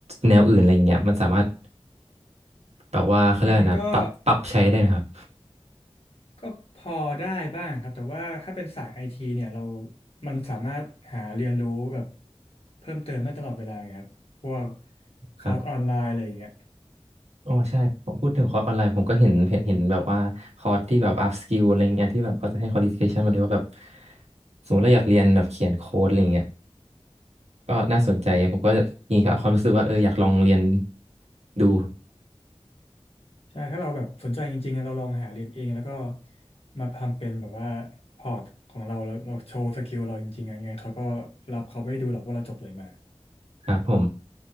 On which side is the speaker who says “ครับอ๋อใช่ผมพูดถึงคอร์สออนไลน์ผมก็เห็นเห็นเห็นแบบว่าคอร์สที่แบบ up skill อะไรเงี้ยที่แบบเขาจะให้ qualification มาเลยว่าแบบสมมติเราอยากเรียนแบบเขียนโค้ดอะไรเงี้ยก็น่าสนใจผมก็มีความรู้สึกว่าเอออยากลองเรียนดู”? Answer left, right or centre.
Right